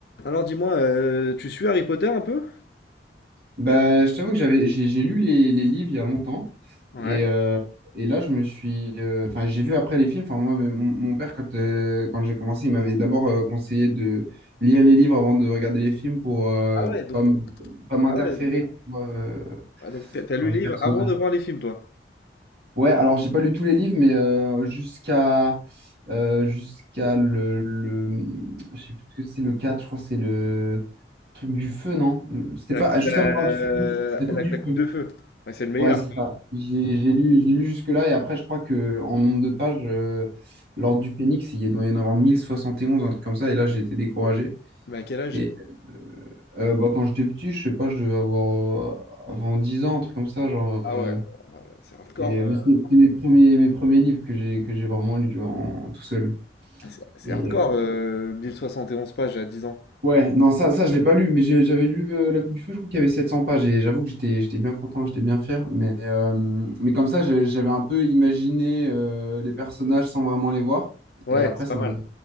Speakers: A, on the left; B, on the right.
A: Alors dis-moi, euh, tu suis Harry Potter un peu?
B: Bah, je t'avoue que j'avais, j'ai j'ai lu les, les livres il y a longtemps.
A: Ouais.
B: Et, euh, et là, je me suis. euh, Enfin, j'ai vu après les films. Enfin, moi, mais mon, mon père, quand, euh, quand j'ai commencé, il m'avait d'abord euh, conseillé de lire les livres avant de regarder les films pour euh,
A: Ah ouais, donc
B: pas, m- pas m'interférer,
A: ah ouais,
B: tu vois, euh,
A: ah donc t'as t'as lu
B: dans les
A: le livre
B: personnages.
A: avant de voir les films, toi?
B: Ouais, alors, j'ai pas lu tous les livres, mais euh, jusqu'à. euh, jusqu'à le, le. Je sais plus ce que c'est, le 4 je crois, que c'est le truc du feu, non? Le- C'était
A: La
B: pas.
A: coupe,
B: ah, Juste
A: la,
B: avant l'heure du feu, oui. La coupe
A: la-
B: du
A: la coupe
B: feu.
A: de feu. Ouais, c'est le meilleur.
B: Ouais, c'est ça. J'ai j'ai lu, j'ai lu jusque-là et après, je crois que en nombre de pages, euh, l'Ordre du Phénix, il doit y en avoir 1071 un truc comme ça, et là, j'ai été découragé.
A: Mais à quel âge?
B: Et euh, bah, quand j'étais petit, je sais pas, je devais avoir euh, avant 10 ans, un truc comme ça, genre.
A: Ah
B: euh,
A: ouais, euh, c'est hardcore.
B: et
A: euh.
B: bah, c'est c'est mes premiers, mes premiers livres que j'ai que j'ai vraiment lu, tu vois, en, tout seul.
A: Ah, C'est c'est
B: Et
A: hardcore, euh, 1071 pages à 10 ans.
B: Ouais, non, ça, ça je l'ai pas lu, mais j'ai- j'avais lu euh, La Coupe du Feu, je crois qu'il y avait 700 pages, et j'avoue que j'étais, j'étais bien content, j'étais bien fier, mais, euh, mais comme ça, j'ai- j'avais un peu imaginé euh, les personnages sans vraiment les voir,
A: Ouais,
B: et après,
A: c'est
B: ça
A: pas...
B: m'avait-